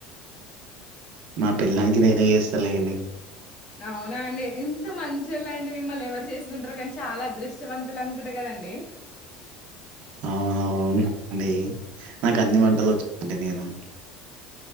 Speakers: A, on the right; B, on the left.
A: నా పెళ్ళానికి నేనే చేస్తాలేండి.
B: అవునా అండి, ఎంత మంచోలండి. మిమ్మల్ని ఎవర్ చేస్. కుంటారో కానీ చాలా అదృష్టవంతులు అనుకుంట కదండి.
A: అవునవునండి నాకు అన్ని వంటలు వచ్చాండి. నేను